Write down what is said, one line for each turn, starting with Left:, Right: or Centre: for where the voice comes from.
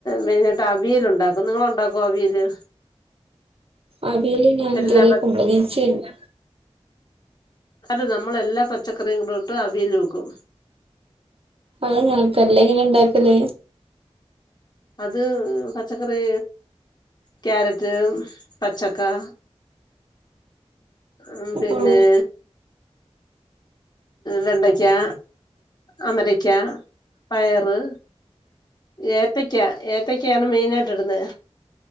Left: മെയിനായിട്ട് അവിയൽ ഉണ്ടാ ക്കും നിങ്ങള് ഉണ്ടാക്കുവോ അവിയല്
Right: അവിയല് ഞാൻ
Left: എല്ലാ
Right: ഇതുവരെ കുമ്പളങ്ങ വെച്ച്
Left: അല്ല നമ്മള് എല്ലാ പച്ചക്കറിയും കൂടെ ഇട്ട് അവിയല് വെക്കും
Right: അങ്ങനെ വെക്കും അല്ലേ എങ്ങനാ ഉണ്ടാക്കല്
Left: അത് പച്ചക്കറി ക്യാരറ്റ് പച്ചക്കാ ഉം
Right: ഓ
Left: പിന്നെ വെണ്ടയ്ക്കാ അമരക്കാ പയറ് ഏ ത്തയ്ക്ക ഏത്തക്ക ആണ് മെയിനായിട്ട് ഇടുന്നേ